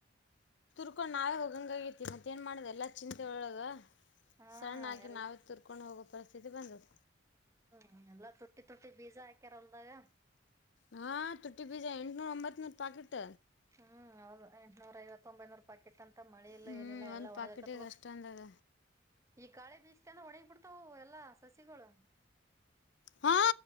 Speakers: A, on the left (about 65°); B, on the right (about 15°).
A: ಹಕೊಂಡ ನಾವೇ ಹೋಗಂಗ ಆಗತಿ ಮತ್ತೇ ಏನ್ ಮಾಡುದು ಎಲ್ಲ ಚಿಂತೆ ಒಳಗ
B: ಹಾ
A: ಸಣ್ಣ ಆಗಿ
B: ಎಲ್ಲ
A: ನಾವೇ ತೂರ್ಕೊಂಡು ಹೋಗೋ ಪರಿಸ್ಥಿತಿ ಬಂದದ
B: ಹ್ಮ್ ಎಲ್ಲಾ ತುಟ್ಟಿ ತುಟ್ಟಿ ಬೀಜ ಹಾಕ್ಯಾರ ಹೊಲ್ದಾಗ
A: ಹಾ ತುಟ್ಟಿ ಬೀಜಾ ಎಂಟನೂರ ಒಂಬತ್ ನೂರ್ ಪಾಕೆಟ್
B: ಹ್ಮ್ ಹೌದು ಎಂನೂರ ಐವತ್ತೊ ಒಂಬೈನೂರ ರೂಪಾಕಿಟ್ ಅಂತ ಮಳೆ ಇಲ್ಲ
A: ಹ್ಞೂ
B: ಏನಿಲ್ಲ ಎಲ್ಲ
A: ಒಂದು
B: ಒಣಗಾಕತ್
A: ಪಾಕೆಟಿಗೆ ಅಷ್ಟು ಅಂದಾಗ
B: ಈ ಕಾಳೆ ಬೀಸ್ ಒಣಗ ಬಿಡ್ತಾವ ಎಲ್ಲಾ ಸಸಿಗಳು
A: ಹಾ